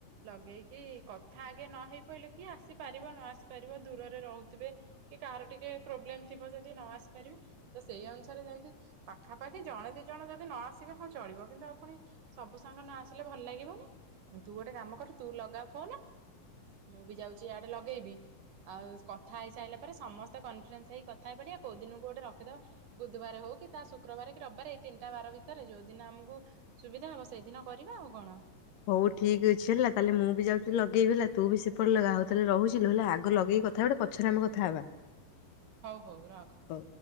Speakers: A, on the right; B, on the left.
A: ଲଗେଇକି କଥା ଆଗେ ନ ହେଇ ପଇଲେ କିଏ ଆସିପାରିବ ନ ଆସିପାରିବ ଦୂରରେ ରହୁଥିବେ। କି କାହାର ଟିକେ ପ୍ରୋବ୍ଲେମ ଥିବ ଯଦି ନ ଆସି ପାରିବେ ତ ସେଇ ଅନୁସାରେ ଯେମତି। ପାଖାପାଖି ଜଣେ ଦି ଜଣ ଯଦି ନ ଆସିବେ ହଁ ଚଳିବ କିନ୍ତୁ ଆଉ ପୁଣି। ସବୁ ସାଙ୍ଗ ନ ଆସିଲେ ଭଲ ଲାଗିବନି ତୁ ଗୋଟେ କାମ କରୁ ତୁ ଲଗା ଫୋନ। ମୁଁ ବି ଯାଉଛି ଇଆଡେ ଲଗେଇବି। ଆଉ କଥା ହେଇ ସାଇଲା ପରେ ସମସ୍ତେ କନଫିରେନ୍ସ ହେଇ କଥା ହେଇ ପଡିବା କୋଉ ଦିନକୁ ଗୋଟେ ରଖିଦବା। ବୁଧବାର ହଉ କି ଶୁକ୍ରବାରେ କି ରବିବାର ଏଇ ତିନିଟା ବାର ଭିତରେ ଯୋଉଦିନ ଆମକୁ ସୁବିଧା ହବ ସେଇଦିନ କରିବା ଆଉ କଣ।
B: ହଉ ଠିକ ଅଛି ହେଲା ତାହେଲେ ମୁଁ ବି ଯାଉଛି ଲଗେଇବି ହେଲା ତୁ ବି ସେପଟ ଲଗା ହଉ ତାହେଲେ ରହୁିଛି ଲୋ ଆଗ ଲଗେଇକି କଥା ହେଇ ପଡେ ପଛ ପଛରେ ଆମେ କଥା ହବା।
A: ହଉ ହଉ ରଖ।
B: ହ